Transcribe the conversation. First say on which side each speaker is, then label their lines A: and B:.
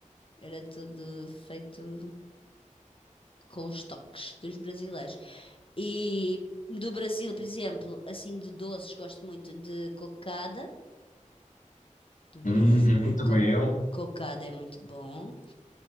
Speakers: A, on the left; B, on the left.
A: era tudo feito com os toques dos brasileiros. E do Brasil, por exemplo, assim de doces, gosto muito de cocada. Do Brasil,
B: uhum, também
A: co-
B: eu.
A: cocada é muito bom.